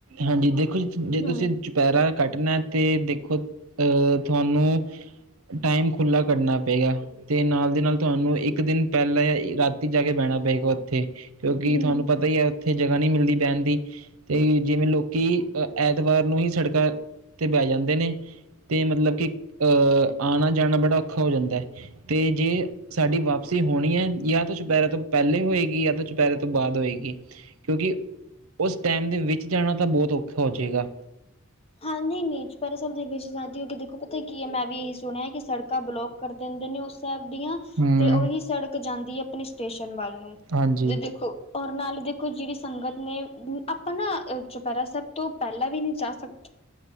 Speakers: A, on the right; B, on the left.
A: ਹਾਂਜੀ, ਦੇਖੋ ਜੀ ਜੇ
B: ਹੂੰ
A: ਤੁਸੀਂ ਚ ਚੌਪੈਰਾ ਕੱਟਣਾ, ਤੇ ਦੇਖੋ ਅਹ ਤੁਹਾਨੂੰ ਟਾਈਮ ਖੁੱਲਾ ਕਰਨਾ ਪਏਗਾ। ਤੇ ਨਾਲ ਦੀ ਨਾਲ ਤੁਹਾਨੂੰ ਇੱਕ ਦਿਨ ਪਹਿਲਾਂ ਰਾਤੀ ਜਾ ਕੇ ਬਹਿਣਾ ਪਏਗਾ ਉੱਥੇ। ਕਿਉਂਕਿ
B: ਹੂੰ
A: ਤੁਹਾਨੂੰ ਪਤਾ ਹੀ ਐ, ਉੱਥੇ ਜਗ੍ਹਾ ਨੀ ਮਿਲਦੀ ਬਹਿਣ ਦੀ। ਤੇ ਜਿਵੇਂ ਲੋਕੀ ਐਤਵਾਰ ਨੂੰ ਹੀ ਸੜਕਾਂ ਤੇ ਬਹਿ ਜਾਂਦੇ ਨੇ। ਤੇ ਮਤਲਬ ਕਿ ਅਹ ਆਣਾ ਜਾਣਾ ਬੜਾ ਔਖਾ ਹੋ ਜਾਂਦਾ ਐ, ਤੇ ਜੇ ਸਾਡੀ ਵਾਪਸੀ ਹੋਣੀ ਐ, ਜਾਂ ਤਾਂ ਚੁਪਹਿਰੇ ਤੋਂ ਪਹਿਲੇ ਹੋਏਗੀ, ਜਾਂ ਤਾਂ ਚੁਪਹਿਰੇ ਤੋਂ ਬਾਅਦ ਹੋਏਗੀ। ਕਿਉਂਕਿ ਉਸ ਟੈਮ ਦੇ ਵਿੱਚ ਜਾਣਾ ਤਾਂ ਬਹੁਤ ਔਖਾ ਹੋ ਜੇਗਾ।
B: ਹਾਂ, ਨਹੀਂ-ਨਹੀਂ ਚੁਪਹਿਰੇ ਸਾਹਿਬ ਦੇ ਵਿੱਚ ਜ਼ਾਦੀ ਹੋ ਗਈ, ਦੇਖੋ ਪਤਾ ਕੀ ਐ, ਮੈਂ ਵੀ ਇਹੀ ਸੁਣਿਆ ਕਿ ਸੜਕਾਂ ਬਲੋਕ ਕਰ ਦਿੰਦੇ ਨੇ, ਉਸ ਸਾਹਿਬ ਦੀਆਂ,
A: ਹੂੰ
B: ਤੇ ਉਹੀ ਸੜਕ ਜਾਂਦੀ ਹੈ ਆਪਣੀ ਸਟੇਸ਼ਨ ਵੱਲ ਨੂੰ,
A: ਹਾਂਜੀ
B: ਤੇ ਦੇਖੋ ਔਰ ਨਾਲੇ ਦੇਖੋ ਜਿਹੜੀ ਸੰਗਤ ਨੇ, ਆਪਾਂ ਨਾ ਚੁਪਹਿਰਾ ਸਾਹਿਬ ਤੋਂ ਪਹਿਲਾਂ ਵੀ ਨੀ ਜਾ ਸਕਦੇ।